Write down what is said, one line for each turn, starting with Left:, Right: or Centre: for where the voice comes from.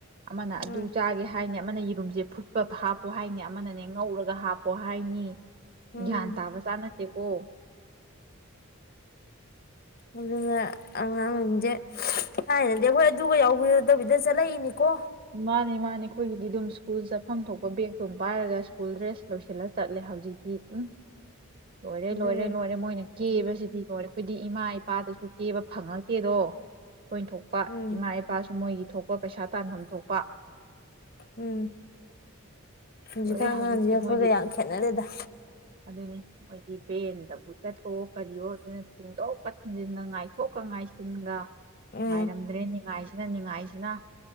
Right: ꯑꯃꯅ ꯑꯗꯨ
Left: ꯎꯝ
Right: ꯆꯥꯒꯦ ꯍꯥꯏꯅꯤ ꯑꯃꯅ ꯌꯦꯔꯨꯝꯁꯦ ꯐꯨꯠꯄꯥ ꯍꯥꯞꯄꯣ ꯍꯥꯏꯅꯤ ꯑꯃꯅꯅꯥ ꯉꯧꯔꯒ ꯍꯥꯞꯄꯣ ꯍꯥꯏꯅꯤ
Left: ꯎꯝ
Right: ꯒ꯭ꯌꯥꯟ ꯇꯥꯕ ꯆꯥ ꯅꯠꯇꯦꯀꯣ
Left: ꯑꯗꯨꯅ ꯑꯉꯥꯡꯁꯤꯡꯁꯦ ꯊꯥꯏꯅꯗꯤ ꯑꯩꯈꯣꯏ ꯑꯗꯨꯒ ꯌꯥꯎꯕꯤꯔꯛꯇꯕꯤꯗ ꯆꯠꯂꯛꯏꯅꯤꯀꯣ
Right: ꯑꯨꯝ ꯃꯥꯅꯦ ꯃꯥꯅꯦ ꯑꯩꯈꯣꯏꯒꯤꯗꯤ ꯑꯗꯨꯝ ꯁ꯭ꯀꯨꯜ ꯆꯠꯐꯝ ꯊꯣꯛꯄ ꯕꯦꯒꯛꯇꯣꯝ ꯄꯥꯏꯔꯒ ꯁ꯭ꯀꯨꯜ ꯗ꯭ꯔꯦꯁ ꯂꯣꯏꯁꯤꯜꯂ ꯆꯠꯂꯦ ꯍꯧꯖꯤꯛꯇꯤ ꯎꯝ ꯂꯣꯏꯔꯦ
Left: ꯑꯗꯨꯅꯦ
Right: ꯂꯣꯏꯔꯦ ꯂꯣꯏꯔꯦ ꯃꯣꯏꯅꯥ ꯀꯦꯕꯁꯤꯗꯤ ꯔꯣꯏꯔꯦ ꯑꯩꯈꯣꯏꯗꯤ ꯏꯃꯥ ꯏꯄꯥꯗꯁꯨ ꯀꯦꯕ ꯐꯪꯉꯛꯇꯦꯗꯣ ꯑꯩꯈꯣꯅ ꯊꯣꯛꯄ
Left: ꯎꯝ
Right: ꯏꯃꯥ ꯏꯄꯥꯁꯨ ꯃꯣꯏꯒꯤ ꯊꯣꯛꯄ ꯄꯩꯁꯥ ꯇꯥꯟꯐꯝ ꯊꯣꯛꯄ
Left: ꯎꯝ ꯍꯧꯖꯤꯛꯀꯥꯟ
Right: ꯂꯣꯏꯔꯦ
Left: ꯑꯉꯥꯡꯁꯤꯒ
Right: ꯍꯧꯖꯤꯛꯇꯤ
Left: ꯑꯩꯈꯣꯏꯒ
Right: ꯃꯣꯏꯗꯤ
Left: ꯌꯥꯝ ꯈꯦꯠꯅꯔꯦꯗ
Right: ꯑꯗꯨꯅꯤ ꯃꯣꯏꯗꯤ ꯕꯦꯟꯗꯕꯨ ꯆꯠꯄꯔꯣ ꯀꯔꯤꯌꯣ ꯑꯗꯨꯅ ꯊꯤꯟꯗꯣꯛ ꯄꯠ ꯊꯤꯟꯖꯤꯟꯒ ꯉꯥꯏꯊꯣꯛꯀ ꯉꯥꯏꯁꯤꯟꯒ
Left: ꯎꯝ
Right: ꯉꯥꯏꯔꯝꯗ꯭ꯔꯦ ꯅꯤꯉꯥꯏꯁ ꯁꯤꯔꯦ ꯅꯤꯡꯉꯥꯏꯁꯤꯅ